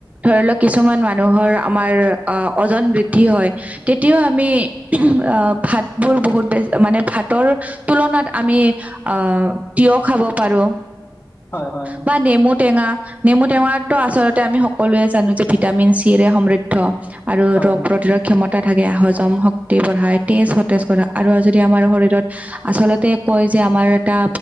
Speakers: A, on the right; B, on the left.
A: ধৰি লওঁক কিছুমান মানুহৰ আমাৰ অ ওজন বৃদ্ধি হয়। তেতিয়াও আমি অ ভাতবোৰ বহুত বেছ মানে ভাত তুলনাত আমি অ তিয়হ খাব পাৰো,
B: হয় হয়
A: বা নেমু টেঙা, নেমু টেঙাটো আচলতে আমি সকলোৱে জানো যে ভিটামিন চি ৰে সমৃ ধ আৰু
B: হয়
A: ৰোগ
B: হয়
A: প্ৰতিৰোধ ক্ষমতা থাকে, হজম শক্তি বঢ়ায়, তেজ সতেজ কৰা আৰু যদি আমাৰ শৰীৰত আচলতে কয় যে আমাৰ এটা